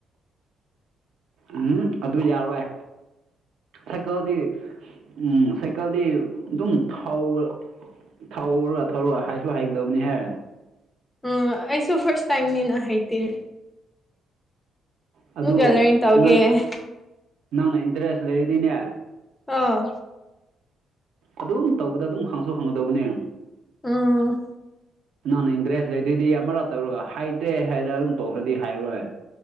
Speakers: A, on the right (about 75°); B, on the left (about 15°).
A: ꯎꯝ ꯑꯗꯨ ꯌꯥꯔꯣꯏ ꯁꯥꯏꯀꯜꯗꯤ ꯁꯥꯏꯀꯜꯗꯤ ꯑꯗꯨꯝ ꯊꯥꯎ ꯊꯧꯔ ꯊꯧꯔꯒ ꯍꯩꯁꯨ ꯍꯩꯒꯗꯕꯅꯤꯍꯦ
B: ꯎꯝ ꯑꯩꯁꯨ ꯐꯁ ꯇꯥꯏꯝꯅꯤꯅ ꯍꯩꯇꯦꯅꯦ
A: ꯑꯗꯨ
B: ꯃꯒꯂ ꯏꯇꯥꯎꯒꯦ
A: ꯅꯪ
B: <inaudible>
A: ꯅꯪꯅ ꯏꯟꯇꯔꯦꯁ ꯂꯩꯔꯗꯤꯅꯦ
B: ꯑꯥ
A: ꯑꯗꯨꯝ ꯇꯧꯕꯗ ꯑꯗꯨꯝ ꯍꯪꯁꯨ ꯍꯪꯒꯗꯧꯕꯅꯦ
B: ꯎꯝ
A: ꯅꯪꯅ ꯏꯟꯇꯔꯦꯁ ꯂꯩꯗꯗꯤ ꯑꯃꯔꯥ ꯇꯧꯔꯒ ꯍꯥꯏꯇ꯭ꯔꯦ ꯍꯥꯏꯅ ꯑꯗꯨꯝ ꯇꯣꯛꯈ꯭ꯔꯗꯤ ꯍꯥꯏꯔꯣꯏ